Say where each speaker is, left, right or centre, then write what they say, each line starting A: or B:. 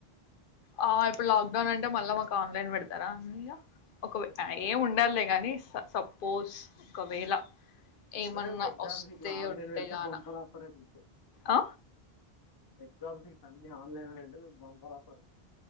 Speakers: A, on the left; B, on the left.
A: ఆ ఇప్పుడు లాక్డౌన్ అంటే మళ్ళా మాకు ఆన్లైన్ పెడతారా లియ ఒకవే ఏం ఉండదులే గానీ సపోజ్ ఒకవేళ
B: చెప్రే
A: ఏమన్నా
B: ఏం ఎగ్జామ్
A: వస్తే
B: గీట్లా ఆన్లైన్
A: ఉంటేగాన
B: ఎడితే బంపర్ ఆఫరే నీకు
A: ఆ
B: ఎగ్జామ్స్ గిట్ల అన్నీ online end bumper offer